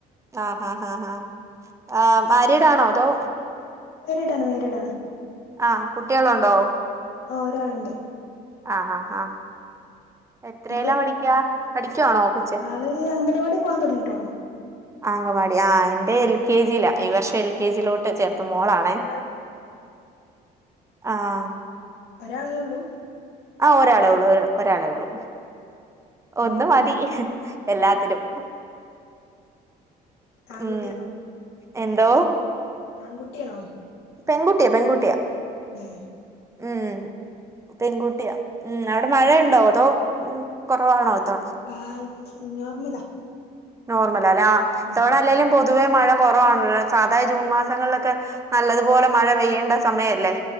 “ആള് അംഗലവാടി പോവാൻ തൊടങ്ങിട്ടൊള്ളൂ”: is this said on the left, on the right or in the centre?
Left